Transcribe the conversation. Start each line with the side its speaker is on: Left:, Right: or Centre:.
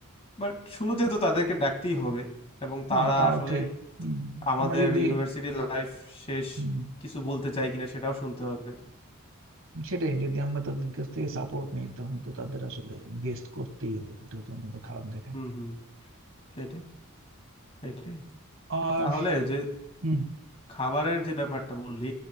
Left: বাট শুরুতে তো তাদেরকে ডাকতেই হবে এবং
Right: হ্যাঁ
Left: তারা
Right: তাও
Left: আসলে
Right: ঠিক হুম,
Left: আমাদের
Right: আমরা যদি
Left: ইউনিভার্সিটি লাইফ শেষ
Right: হুম,
Left: কিছু বলতে চাই কিনা সেটাও শুনতে হবে
Right: সেটাই যদি আমরা তাদের কাছ থেকে সাপোর্ট নিই তখন তো তাদের আসলে গেস্ট করতেই হবে এটা তো আমরা তো খারাপ দেখায়
Left: হুম হুম সেটাই সেটাই
Right: আর
Left: তাহলে যে
Right: হুম
Left: খাবারের যে ব্যাপারটা বললি